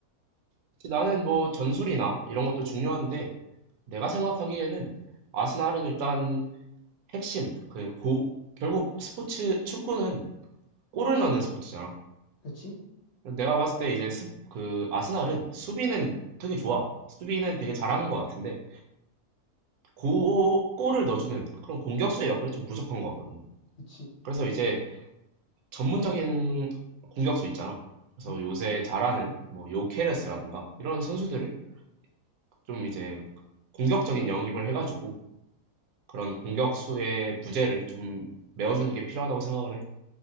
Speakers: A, on the right; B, on the left.
A: 그치, 나는 뭐 전술이나 이런 것도 중요한데 내가 생각하기에는 아스날은 일단 핵심, 그 고, 결국 스포츠, 축구는 골을 넣는 스포츠잖아.
B: 그치?
A: 내가 봤을 때 이제 스, 그 아스날은 수비는 되게 좋아. 수비는 되게 잘하는 것 같은데 고, 골을 넣어주는 그런 공격수의 역할이 좀 부족한 것 같거든.
B: 그치.
A: 그래서 이제 전문적인 공격수 있잖아. 그래서
B: 음,
A: 요새 잘하는 뭐 요케레스라든가 이런 선수들을 좀 이제 공격적인 영입을 해가지고 그런 공격수의 부재를 좀 메워주는 게 필요하다고 생각을 해.